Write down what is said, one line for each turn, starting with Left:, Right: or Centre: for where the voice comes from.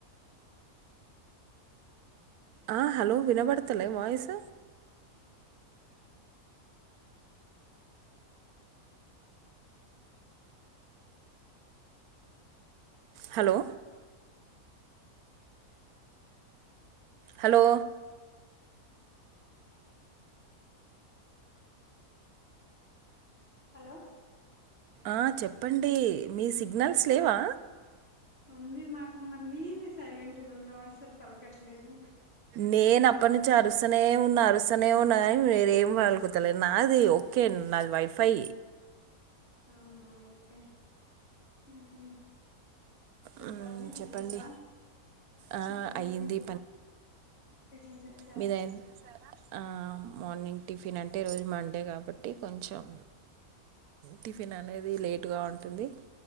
Right: ఆ హలో వినబడతలే వాయిస్ హలో హలో
Left: హలో
Right: ఆ చెప్పండి మీ సిగ్నల్స్
Left: ఇప్పుడు
Right: లేవా
Left: ఉంది మాకు మరి నీమ సైలెంట్గా ఉన్నావు అస్సలు పలకట్లేదు
Right: నేను అప్పటినుంచి అరుసనే ఉన్న అరుసనే ఉన్నా కాని మీరేమి పలుకుతా లేదు నాదియు ఓకే నాది వైఫై
Left: అవునా ఓకే మ్మ్ చెప్పండి
Right: హ్మ్. చెప్పండి.
Left: అయిందా
Right: ఆ!
Left: మార్నింగ్
Right: అయ్యింది
Left: టిఫన్ చేసి
Right: మీరు <unintelligible> ఆ మార్నింగ్ టిఫిన్ అంటే రోజు మండే కాబట్టి కొంచెం టిఫిన్ అనేది లేటుగా ఉంటుంది